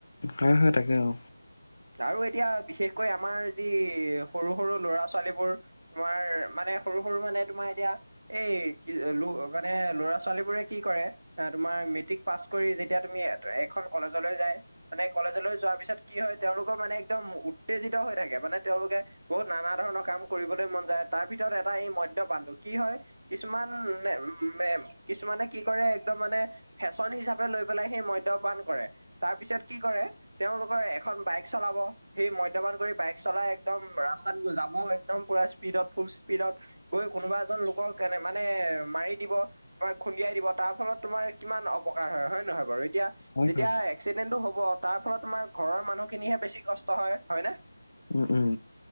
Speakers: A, on the left; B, on the right.
A: হয় হয় তাকে আৰু
B: আৰু এতিয়া বিশেষকৈ আমাৰ যি সৰু সৰু ল'ৰা ছোৱালীবোৰ তোমাৰ মানে সৰু সৰু মানে তোমাৰ এতিয়া এই কি ল মানে ল'ৰা ছোৱালী বোৰে কি কৰে আহ তুমাৰ মেট্ৰিক পাছ কৰি যেতিয়া তুমি এখন কলেজলৈ যায় মানে কলেজলৈ যোৱাৰ পিছত কি হয় তেওঁলোকৰ মানে একদম উত্তেজিত হৈ থাকে মানে তেওঁলোকে বহুত নানা ধৰণৰ কাম কৰিবলৈ মন যায় তাৰ ভিতৰত এটা এই মধ্যয় পানণধো কি হয় কিছুমান উ কিছুমানে কি কৰে একদম মানে ফেশ্বন হিচাপে লৈ পেলাই সেই মদ্যপান কৰে তাৰ পিছত কি কৰে তেওঁলোকৰ এখন বাইক চলাব সেই মদ্যপান কৰি বাইক চলাই একদম ৰাস্তাত যাব একদম পুৰা স্পীডত ফুল স্পীডত গৈ কোনোবা এজন লোকক এনে মানে মাৰি দিব তোমাৰ খুন্দিয়াই দিব তাৰ ফলত তোমাৰ কিমান অপকাৰ হয় হয়ে নহয় বাৰু এতিয়া
A: হয়
B: যেতিয়া
A: হয়
B: এক্সিডেণ্টো হ'ব তাৰ ফলত তোমাৰ ঘৰৰ মানুহখিনিহে বেছি কষ্ট হয় ন
A: উম উম